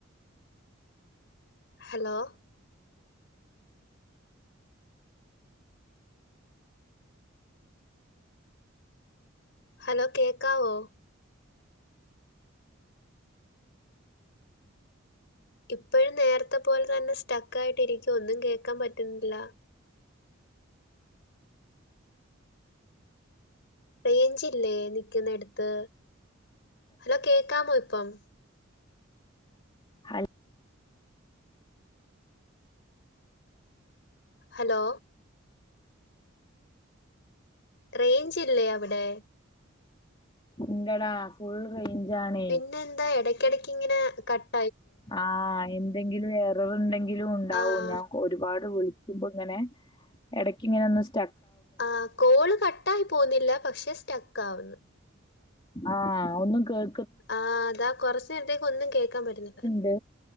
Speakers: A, on the left (about 60°); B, on the left (about 25°).
A: ഹലോ ഹലോ കേക്കാവോ ഇപ്പഴും നേരത്ത പോലെ തന്നെ സ്റ്റക്കായിട്ടിരിക്കുവ ഒന്നും കേക്കാൻ പറ്റുന്നില്ല റെയ്ഞ്ചില്ലേ നിക്കുന്നെടുത്ത് ഹലോ കേക്കാമോ ഇപ്പം
B: ഹൽ
A: ഹലോ റെയ്ഞ്ചില്ലേ അവിടെ
B: ഉങ്കടാ ഫുൾ റെയിഞ്ചാണേ
A: പിന്നെന്താ എടയ്ക്കെടക്കിങ്ങനേ കട്ട്
B: ആഹ് എന്തെങ്കിലും എററുണ്ടെങ്കിലും ഉണ്ടാവൂ
A: ആഹ്
B: ഞാ ഒരുപാട് വിളിക്കുമ്പോങ്ങനെ എടക്കിങ്ങനൊന്ന് സ്റ്റ
A: ആഹ് കോള് കട്ടായി പോന്നില്ല പക്ഷെ സ്റ്റക്കാവുന്നു
B: ആഹ് ഒന്നും കേൾ
A: ആഹ് അതാ കുറച്ചു നേരത്തേക്കൊന്നും കേക്കാൻ പറ്റുന്നില്ല
B: ദ്